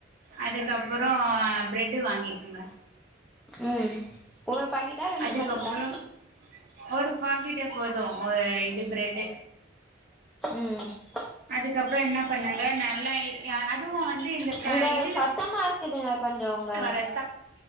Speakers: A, on the right; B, in the centre.
A: அதுக்கப்பற பிரெட்டு வாங்கிக்குங்க
B: ம் ஒரு பாக்கெட்டா ரெண்டு
A: அதுக்கப்புறோ
B: பாக்கெட்டா
A: ஒரு பாக்கெட்டே போதும் ஒரு இது ப்ரெட்
B: ம் ம்
A: அதுக்கப்பறோ என்ன பண்ணுங்க நல்லாயி அதுவு வந்து இந்த க
B: உங்கள்
A: இதுல
B: சத்தமா இருக்குதுங்க கொஞ்ச உங்க
A: வர